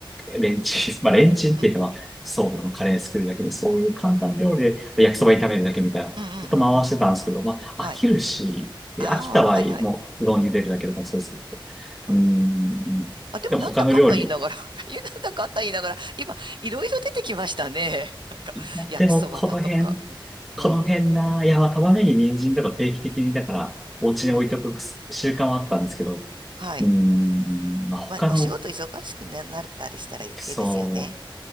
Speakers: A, in the centre; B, on the right.
A: レンチン、<laughs> まあレンチンっていうかまあ、
B: うん。
A: そうなの、カレー作るだけで、そういう簡単な料理で焼きそば炒めるだけみたいな、
B: うんうんうんうん。
A: ずっと回してたんですけど、まあ飽きるし、
B: はい。
A: で飽きた場合、
B: ああ、はいはい。
A: もううどん茹でるだけでもそうですけど、
B: うん。うん。
A: うーん、
B: あ、でもなんだかんだ言いながら、
A: でも他の料理、
B: <laughs> いや、なんだかんだ言いながら、今、いろいろ出てきましたね。<laughs> なんか、
A: いやでもこの辺、
B: 焼きそばだとか。うん。
A: この辺な、
B: うん。
A: いや、まあ、玉ねぎ、人参とか定期的に、だから、お家に置いておく習慣はあったんですけど、
B: うん。はい。
A: うーん、まあ、他の、
B: まあ、お仕事忙しくななったりしたら余計ですよね。
A: そう